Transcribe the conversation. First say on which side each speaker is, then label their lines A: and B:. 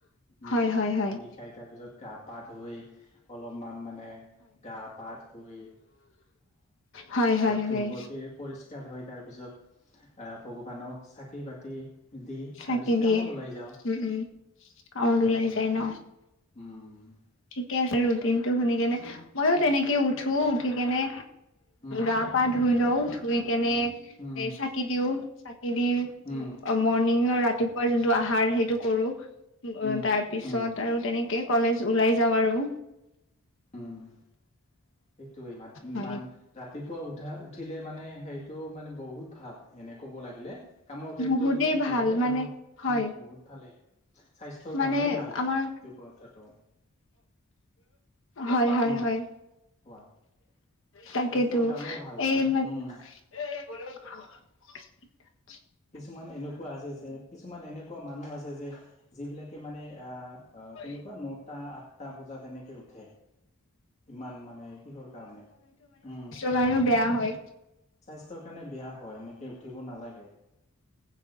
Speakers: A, on the left; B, on the left.
A: উম,
B: হয় হয় হয়
A: পানী খাই তাৰ পিছত গা পা ধুই অলপমান মানে গা পা ধুই
B: হয় হয়
A: বাথৰুম
B: হয় হয়
A: গৈ পৰিষ্কাৰ হয়। তাৰপিছত ভগৱানক চাকি বতি দি
B: চাকি
A: তাৰপিছত
B: দিয়ে
A: কামত ওলাই যাওঁ।
B: উম উম কামত ওলাই
A: উম
B: যায় ন?
A: উম।
B: ঠিকে আছে ৰুটিন টো শুনি কেনে, মইো তেনেকে উঠো উঠি কেনে
A: উম উম
B: গা পা ধুই লওঁ, ধুই কেনে
A: উম
B: এ চাকি দিওঁ, চাকি দি অ',
A: উম
B: মৰ্ণিঙৰ ৰাতিপুৱা যোনটো আহাৰ সেইটো কৰো।
A: উম
B: তাৰ পিছত
A: উম
B: আৰু তেনেকে কলেজ ওলাই যা যাওঁ আৰু।
A: উম সেইটোৱে ইমান ইমান
B: হয়,
A: ৰাতিপুৱা উঠা উঠিলে মানে সেইটো মানে বহুত ভাল এনে ক'ব লাগিলে। কামৰ ক্ষেত্ৰত
B: বহুতেই
A: দি ভাল হয়,
B: মানে
A: আৰু উ
B: হয়
A: বহুত ভালেই। স্বাস্থ্যৰ
B: মানে
A: কাৰণেও ভাল হয়
B: আমাৰ
A: ৰাতিপুৱা উঠাটো।
B: হয়, হয়,
A: উম
B: হয়।
A: কোৱা
B: তাকেতো,
A: স্বাস্থ্যৰ কাৰণেও ভাল
B: এই
A: হয়
B: মানে
A: উম
B: এ এ ক। <unintelligible>
A: কিছুমান এনেকুৱা আছে যে কিছুমান এনেকুৱা মানুহ আছে যে যিবিলাকে মানে আহ
B: হয়
A: অহ কেনেকুৱা নটা আঠটা বজাত তেনেকে উঠে। ইমান মানে কিহৰ কাৰণে? উম।
B: টো কাৰণেও বেয়া হয়।
A: স্বাস্থ্যৰ কাৰণে বেয়া হয় এনেকে উঠিব নালাগে।